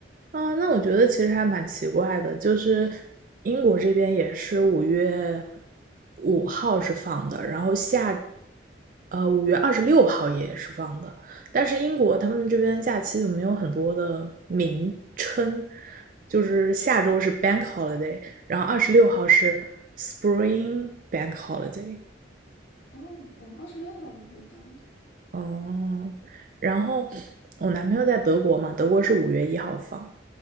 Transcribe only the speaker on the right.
啊，那我觉得其实还蛮奇怪的，就是英国这边也是五月五号是放的，然后下，呃，五月二十六号也是放的，但是英国他们这边假期就没有很多的名称，就是下周是 Bank Holiday，然后二十六号是 Spring Bank Holiday。
哦，然后我男朋友在德国嘛，德国是五月一号放，